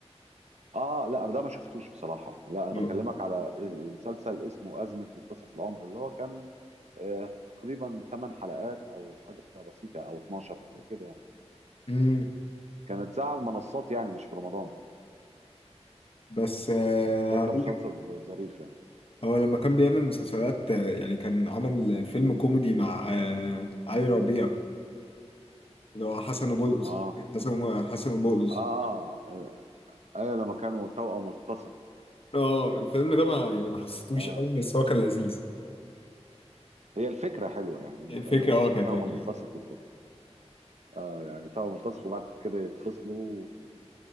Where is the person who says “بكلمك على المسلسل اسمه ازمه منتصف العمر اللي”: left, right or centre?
Right